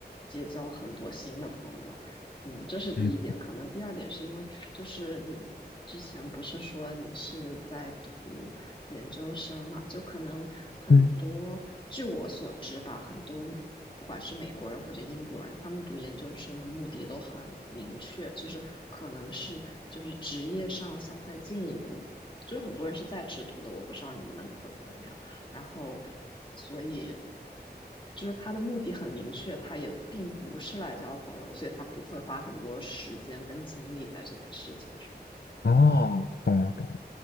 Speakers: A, on the left; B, on the left.
A: 结交很多新的朋友，嗯，这是第一点。
B: 嗯
A: 可能第二点是因为，就是你之前不是说你是在读研究生嘛，就可能很多，
B: 嗯，
A: 据我所知吧，很多不管是美国人或者英国人，他们读研究生的目的都很明确，就是可能是就是职业上想再进一步，就是很多人是在职读的，我不知道你们那里会不会那样。然后所以就是他的目的很明确，他也并不是来交朋友，所以他不会花很多时间跟精力在这件事情上。
B: 哦，懂了懂了。